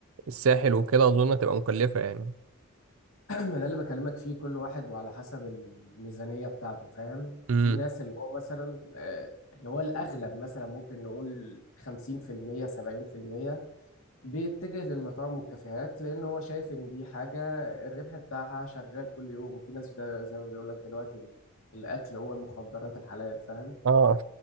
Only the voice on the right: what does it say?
الساحل وكده اظن هتبقى مكلفة يعني
امم
اه